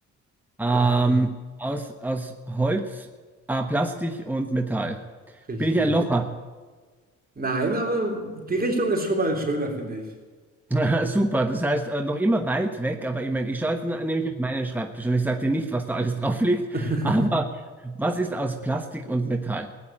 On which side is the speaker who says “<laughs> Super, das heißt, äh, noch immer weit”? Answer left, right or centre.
Centre